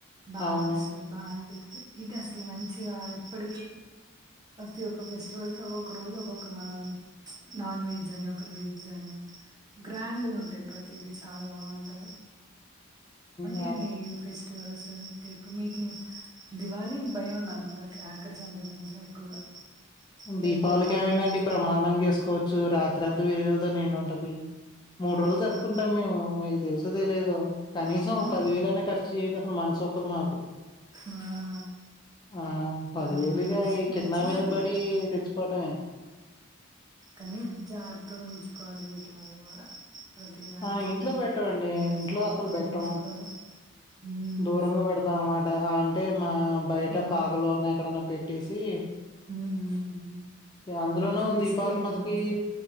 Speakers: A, on the right; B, on the left.
A: బాగా
B: అవును.
A: అనిపిస్తుంది బా అనిపిస్ ఇది అసలు మంచిగా ఎప్పటికిీ ప్రతి ఒక్క ఫెస్టివల్ కి ఒక్కొక్క రోజు ఒక్కొక్క మనం నాన్ వెజ్ అని ఒక వెజ్ అని గ్రాండ్ ఉంటాయి ప్రతిదీ చాలా బావుంట అది
B: ఆవ్వా
A: ఏ నీ ఫెస్టివల్ గట్స్ ఇక ఎక్కువ మీటింగ్ దివాళికి భయం నాకు ఆ క్యాకర్స్ అంటే కొంచెం ఎక్కువగా
B: దీపావళికి
A: భయపడతా
B: ఏమైంద
A: ఉంటాం
B: అండి బ్రహ్మాండం మ్ గ చేసుకోవచ్చు రాత్రి అంతా విరుగులతో నిండి ఉంట అది మూడు
A: అవునవును
B: రోజులు జరుపుకుంటాం మ్ మేము మీకు తెలుసో తెలియదో కనీసం
A: అవునా
B: ఒక పదివేల అన్న ఖర్చు చేయంది అసలు మనసొ ఓప్పదు మాకు
A: ఆహ్
B: ఆ!
A: ఆ
B: ఇగ
A: మన్షీ
B: ఈ కింద
A: మంచిదే
B: మీద
A: లే
B: బడి
A: ఎట్లా
B: తెచ్చుకోవటమే.
A: కనీ జాగ్రత్తగా ఉంచుకోవాలి వీటిని వాళ్ళ కూడా ప్రతి దానికి
B: ఆ! ఇంట్లో
A: పైన
B: బెట్టమండి. ఇంట్లో
A: జాగ్రత్త
B: అసలు బెట్టం.
A: కూడా ఉంచుకోవాలి ఉమ్
B: దూరంగా పెడతాం అనమాట ఇక అంటే మా బయట
A: ఆ
B: పాకలోనే ఎక్కడ అన్నా పెట్టేసి
A: ఉమ్
B: ఇక అందులోనూ
A: అది బెస్ట్
B: దీపావళి
A: లేండి
B: మనకి
A: కొంచెం